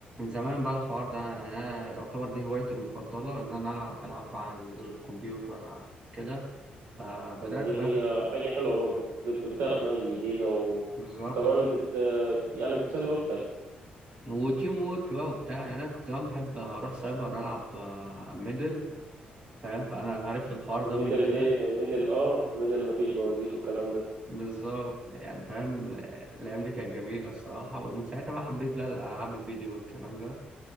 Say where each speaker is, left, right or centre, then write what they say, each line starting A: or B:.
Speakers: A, on the right; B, on the right.
A: زمان بقى الحوار ده يعني انا يعتبر دي هوايتي المفضله ان انا العب العاب على الكمبيوتر آه، كده فبدات
B: طب ما دي
A: بقى
B: حاجه حاجه حلوه برضه بت... بتعرف ناس جديده و...
A: بالظبط
B: وكمان بت... يعني بتسلي وقتك
A: وتيم وورك بقى وبتاع يعني انا كنت زمان بحب اروح سايبر العب آه، ميدل فاهم فانا عرفت الحوار ده من
B: ميدل
A: كده
B: دي ميدل اه ميدل مفيش بوازيك والكلام ده
A: بالظبط يعني فاهم آه، الأيام دي كانت جميلة الصراحة ومن ساعتها بقى حبيت بقى الألعاب الفيديو والكلام ده